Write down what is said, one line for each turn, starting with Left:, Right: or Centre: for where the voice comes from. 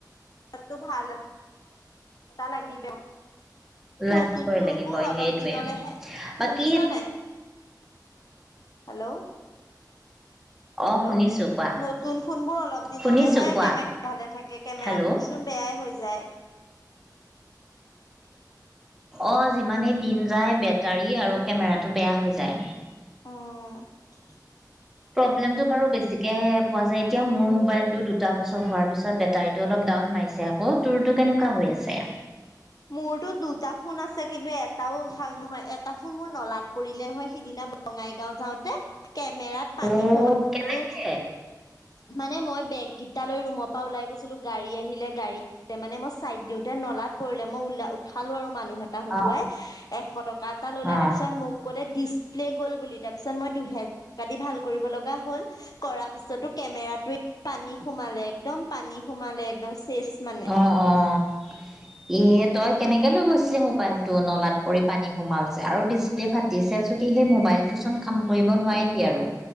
Left: তা'তো ভাল তা লাগিব।
Centre: লাগিবই
Left: নতুন ফুৰবোৰ
Centre: লাগিবই
Left: অলপ
Centre: সেইটোৱে
Left: দিনলৈহে,
Centre: বাকী
Left: শুনিছ নাই? হেল্ল'।
Centre: অ
Left: হেল্ল'।
Centre: শুনিছো কোৱা
Left: নতুন ফোনবোৰ অলপ দিনলেহে
Centre: শুনিছো কোৱা
Left: কেমেৰা ভালে থাকে। কেমেৰা
Centre: হেল্ল'
Left: বোৰচোন- বেয়াই হৈ যায়।
Centre: অ যিমানেই দিন যায় বেটাৰী আৰু কেমেৰাটো বেয়া হৈ যায়।
Left: অঁ।
Centre: প্ৰব্লেমটো আৰু বেছিকেহে পোৱা যায়। এতিয়া মোৰ মোবাইলটো দুটা বছৰ হোৱাৰ পিছত বেটাৰীটো অলপ ডাউন মাৰিছে। অ তোৰটো কেনেকুৱা হৈ আছে?
Left: মোৰটো দুটা ফোন আছে, কিন্তু এটাও ভাল নহয় এটা ফোন মোৰ নলাত পৰিলে নহয়, সিদিনা- বঙাইগাঁও যাওঁতে। কেমেৰাত পানী
Centre: অ
Left: সোমাই
Centre: কেনেকে?
Left: আৰু মানে মই বেগকেইটা লৈ ৰুমত - তাৰপৰা ওলাই গৈছিলোঁ, গাড়ী আহিলে, গাড়ীত মানে মই চাইড দিওঁতে নলাত - পৰিলে। মই উলা উঠালো আৰু মানুহ এটা হতুৱাই
Centre: অ
Left: এশ টকা এটা ল'লে,
Centre: অ
Left: তাৰপিছত মোক - ক'লে ডিছপ্লে গ'ল বুলি, তাৰপিছত মই দুহেজ- জা দি ভাল কৰিব লগা হ'ল, কৰাৰ পিছতো কেমেৰাটোৱে পানী সোমালে একদম- পানী সোমালে একদম শেষ মানে।
Centre: অঁ', - অঁ', - অঁ', - অঁ', -। এ তই কেনেকে লৈ গৈছিলি মোবাইলটো নলাত পৰি পানী সোমাল যে, আৰু ডিছ- প্লে ফাতি আছে যদি সেই মোবাইলটো চোন কাম কৰিব নোৱাৰিবি আৰু।